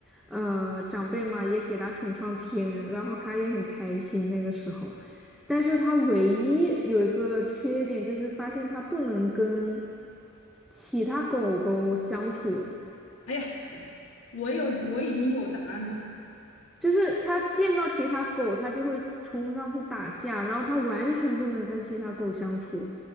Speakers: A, in the centre; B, on the left.
A: 呃长辈嘛，也给他宠上天，然后他也很开心那个时候，但是他唯一有一个缺点就是发现他不能跟其他狗狗相处，
B: 哎呀，我有我已经有答案了。
A: 就是他见到其他狗，他就会冲上去打架，然后他完全不能跟其他狗相处。